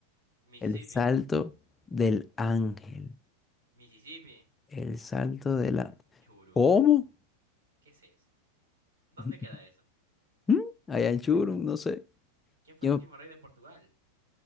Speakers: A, on the right (about 65°); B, on the left (about 15°).
A: Mississippi,
B: El Salto del Ángel.
A: Mississippi,
B: El Salto del Ángel.
A: Churum.
B: ¿Cómo?
A: ¿Qué es eso? ¿Dónde
B: <laughs>
A: queda eso?
B: ¿Mm? Allá en Churum, no sé.
A: ¿Quién fue
B: Yo
A: el último rey de Portugal?